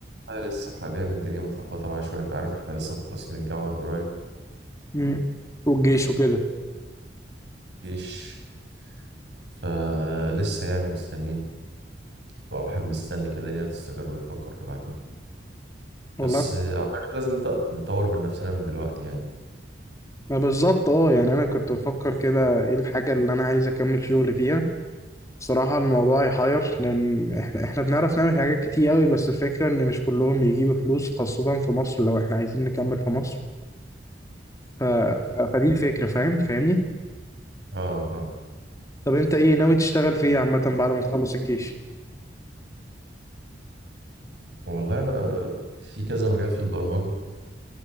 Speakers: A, on the right; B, on the left.
A: اه، لسه حاليا الدنيا متلخبطه معايا شويه انت عارف احنا لسه مخلصين الجامعه من قريب
B: امم والجيش وكده
A: جيش فلسه يعني مستنيين الواحد مستني كده الدنيا تستقر ويفكر في بعدين
B: والله
A: بس آه، اعتقد لازم نبدأ نطور من نفسنا من دلوقتي يعني
B: ما بالظبط اه يعني انا كنت بفكر كده ايه الحاجة اللي انا عايز اكمل شغل فيها بصراحة الموضوع يحير لأن إحنا إحنا بنعرف نعمل حاجات كتير أوي بس الفكرة إن مش كلهم بيجيبوا فلوس خاصة في مصر لو إحنا عايزين نكمل في مصر ف... ف...
A: اكيد
B: فدي الفكرة فاهم فاهمني
A: اه فاهم
B: طب انت ايه ناوي تشتغل في ايه عامة بعد ما تخلص الجيش؟
A: والله انا في كذا مجال في البرمجة